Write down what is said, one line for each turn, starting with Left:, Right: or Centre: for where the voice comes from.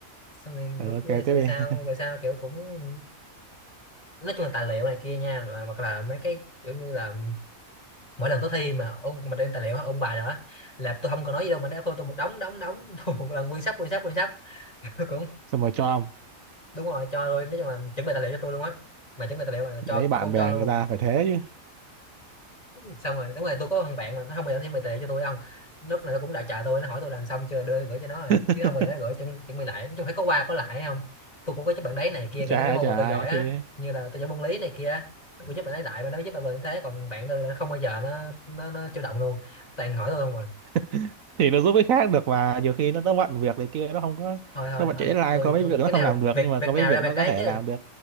Left: xong rồi
Right: ừ,
Left: lúc
Right: ok
Left: về
Right: tiếp
Left: về
Right: đi
Left: sau về sau kiểu cũng nói chung là tài liệu này kia nha rồi hoặc là mấy cái kiểu như là mỗi lần tôi thi mà ông mà đem tài liệu ông bài đó là tôi không có nói gì đâu mà đá phô tôi một đống đống đống <laughs> một lần nguyên sắp nguyên sắp nguyên sắp <laughs> cũng
Right: <laughs> xong rồi cho ông
Left: đúng rồi cho rồi nói chung là chuẩn bị tài liệu cho tôi luôn á mà chuẩn bị tài liệu là
Right: lấy
Left: cho
Right: bạn
Left: phô
Right: bè
Left: cho luôn
Right: người ta phải thế chứ
Left: xong rồi đúng rồi tôi có thằng bạn mà nó không bao giờ chuẩn bị tài liệu cho tôi không lúc này nó cũng đã chờ tôi nó hỏi tôi làm xong chưa đưa gửi cho nó à
Right: <laughs>
Left: chứ không bao giờ nó gửi chuẩn, chuẩn bị lại nói chung phải có qua có lại không tôi cũng có giúp bạn đấy này kia
Right: chả
Left: kể như mấy
Right: ai
Left: môn
Right: chả
Left: mà tôi
Right: ai
Left: giỏi á
Right: thì
Left: như là tôi giỏi môn lý này kia á, tôi cũng giúp bạn ấy lại mà nó mới giúp bạn như thế còn bạn tôi là không bao giờ nó nó nó chủ động luôn toàn hỏi tôi không à
Right: <laughs> thì nó giúp cái khác được mà nhiều khi nó nó bận việc này kia nó không có
Left: thôi thôi
Right: nó bận
Left: thôi
Right: chạy deadline
Left: tôi
Right: có mấy
Left: tôi
Right: việc nó
Left: cái
Right: không
Left: nào
Right: làm được
Left: việc
Right: nhưng mà
Left: việc
Right: có mấy
Left: nào
Right: việc
Left: ra việc
Right: nó
Left: đấy
Right: có thể
Left: chứ
Right: làm được